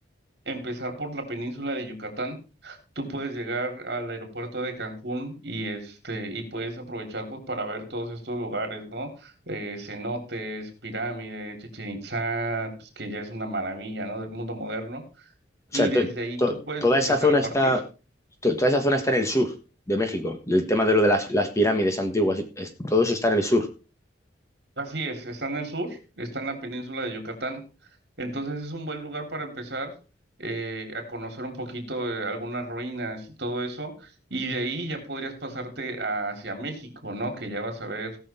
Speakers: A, on the right; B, on the left.
A: empezar por la península de Yucatán. Tú puedes llegar al aeropuerto de Cancún y este y puedes aprovechar pues para ver todos estos lugares, ¿no? Eh, cenotes, pirámides, Chichén Itzá, pues que ya es una maravilla, ¿no? del mundo moderno.
B: O
A: Y
B: sea,
A: desde
B: to-
A: ahí
B: to-
A: tú puedes
B: toda
A: empezar
B: esa zona
A: a
B: está,
A: partir.
B: to- toda esa zona está en el sur de México. El tema de lo de las, las pirámides antiguas, es- todo eso está en el sur.
A: Así es, está en el sur, está en la península de Yucatán. Entonces es un buen lugar para empezar eh, a conocer un poquito de algunas ruinas y todo eso. Y de ahí ya podrías pasarte hacia México, ¿no? Que ya vas a ver